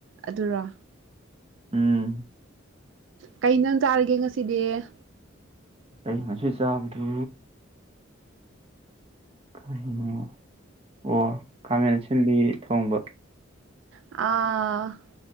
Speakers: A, on the right (about 70°); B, on the right (about 30°).
A: ꯑꯗꯨꯔꯣ
B: ꯎꯝ
A: ꯀꯩ ꯏꯁꯥꯡ ꯆꯥꯔꯒꯦ ꯉꯁꯤꯗꯤ ꯫
B: ꯑꯩ ꯉꯁꯤ ꯆꯥꯕꯗꯨ ꯀꯔꯤꯅꯣ ꯑꯣ ꯈꯥꯃꯦꯟ ꯁꯦꯝꯕꯤ ꯊꯣꯡꯕ ꯫
A: ꯑ